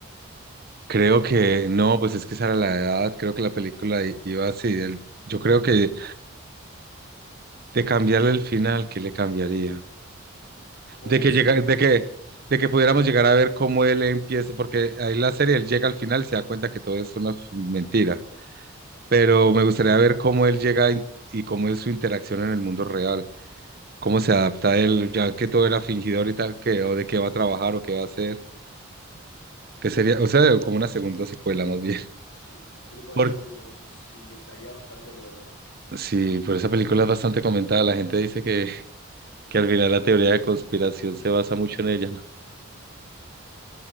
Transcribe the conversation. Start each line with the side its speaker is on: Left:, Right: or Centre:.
Right: creo que no, pues es que esa era la edad, creo que la película i- iba así. el- yo creo que de cambiarle el final, ¿qué le cambiaría?
Left: o
Right: de que
Left: si
Right: llega,
Left: él
Right: de
Left: come,
Right: que, de que pudiéramos llegar a ver cómo él empieza, porque ahí la serie él llega al final y se da cuenta que todo es una f- mentira, pero me gustaría ver cómo él llega in- y cómo es su interacción en el mundo real, cómo se adapta él, ya que todo era fingidor y tal, que, o de qué va a trabajar o qué va a hacer, que sería, o sea, como una segunda secuela más bien.
Left: sí, Truman
Right: <laughs> Por,
Left: Show 2 sí, estaría bastante bueno.
Right: sí, por esa película es bastante comentada, la gente dice que, que al final la teoría de conspiración se basa mucho en ella, ¿no?